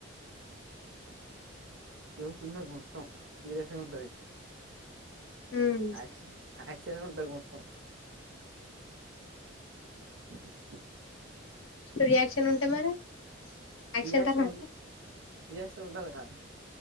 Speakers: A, on the right; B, on the left.
A: జోకుండదు మొత్తం, సీరియస్ ఎ ఉంటది.
B: హ్మ్
A: యాక్చ యాక్ చనె ఉంటది మొత్తం. <inaudible>
B: రియాక్షన్ ఉంటే మరి యాక్షన్
A: రియాక్షన్
B: తర్వాత
A: రియాక్షన్ ఉండాలి గా